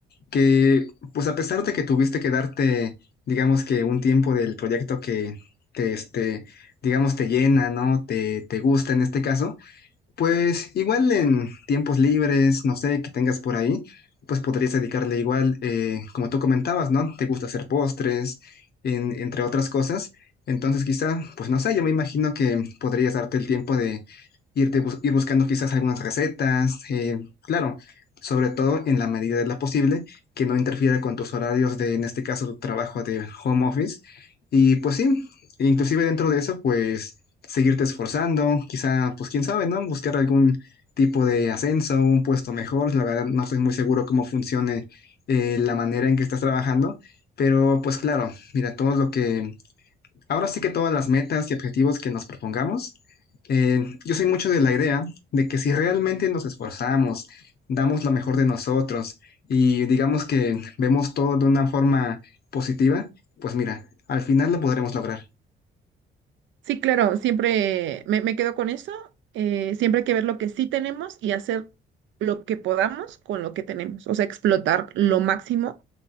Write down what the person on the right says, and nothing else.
Sí, claro, siempre me, me quedo con eso. eh, siempre hay que ver lo que sí tenemos y hacer lo que podamos con lo que tenemos, o sea, explotar lo máximo